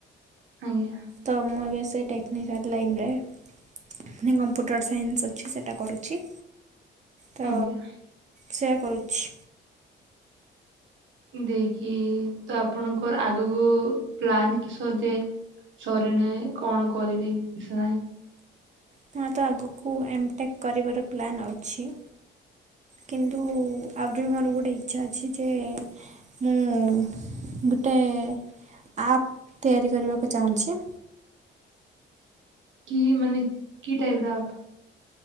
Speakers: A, on the right (about 70°); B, on the right (about 35°).
A: ଆଜ୍ଞା।
B: ତ ମୁଁ ଏବେ ସେ ଟେକ୍ନିକାଲ୍ ଲାଇନ୍ ରେ ମାନେ କମ୍ପ୍ୟୁଟର ସାଇନ୍ସ ଅଛି ସେଇଟା କରୁଚି। ତ
A: ଆଜ୍ଞା
B: ସେୟା କରୁଚି।
A: ଦେଇକି ତ ଆପଣଙ୍କର ଆଗକୁ ପ୍ଲାନ୍ କିସ ଯେ ସରିଣେ କଣ କରିବେ କିଛ ନାହିଁ।
B: ତା ତ ଆଗକୁ ଏମ ଟେକ କରିବାର ପ୍ଲାନ୍ ଅଛି। କିନ୍ତୁ ଆହୁରି ବି ମୋର ଗୋଟେ ଇଚ୍ଛା ଅଛି ଯେ ମୁଁ ଗୋଟେ ଆପ୍ ତିଆରି କରିବାକୁ ଚାହୁଁଛି।
A: କି ମାନେ କି ଟାଇପର ଆପ୍?